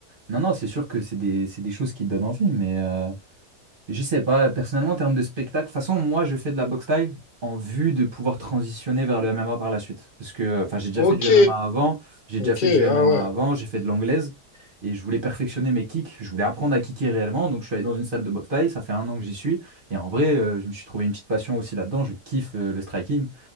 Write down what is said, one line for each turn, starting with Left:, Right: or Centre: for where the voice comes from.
Right: non, non, c'est sûr que c'est des, c'est des choses qui donnent envie. Mais, euh, je sais pas, personnellement, en termes de spectacle, de toute façon, moi, je fais de la boxe thaï en vue de pouvoir transitionner vers le MMA par la suite. Parce que, enfin, j'ai déjà
Left: Ok.
Right: fait du MMA avant, j'ai
Left: Ok.
Right: déjà fait du MMA
Left: Ah ouais.
Right: avant, j'ai fait de l'anglaise, et je voulais perfectionner mes kicks, je voulais apprendre à kicker réellement, donc je suis allé dans une salle de boxe thaï, ça fait un an que j'y suis, et en vrai, euh, je me suis trouvé une petite passion aussi là-dedans, je kiffe euh, le striking,